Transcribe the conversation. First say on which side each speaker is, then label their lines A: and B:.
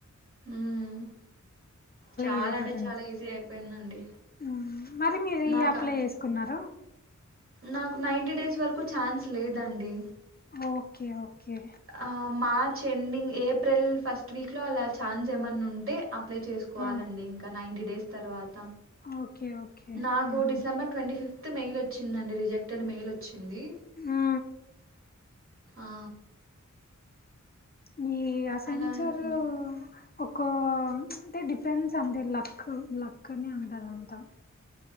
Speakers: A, on the right; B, on the left.
A: ఉమ్ చాలా
B: ఈజీ
A: అంటే
B: క్వశ్చన్స్
A: చాలా ఈజీ అయిపోయిందండి
B: హ్మ్ మరి మీది
A: నాకా
B: అప్లై చేసుకున్నార
A: నాకు నైన్టీ డేస్ వరకు ఛాన్స్ లేదండి
B: ఓకే ఓకే
A: ఆ, March ending April first week లో అలా ఛాన్జ్ ఏమన్నా ఉంటే అప్లై చేసుకోవాలండి
B: ఆ
A: ఇంకా నైన్టీ డేస్ తర్వాత
B: ఓకే ఓకే
A: నాకు
B: ఉహు
A: డిసెంబర్ ట్వంటీ ఫిఫ్త్ త్ మెయిల్ వచ్చిందండి రిజెక్టెడ్ మెయిల్ వచ్చింది
B: ఆ
A: ఆ
B: మీ అసెంచర్
A: అలా హ్మ్. అయిందండి
B: ఒక అంటే డిఫెన్స్ అంటే లక్ లక్ అని అంటరు అంతా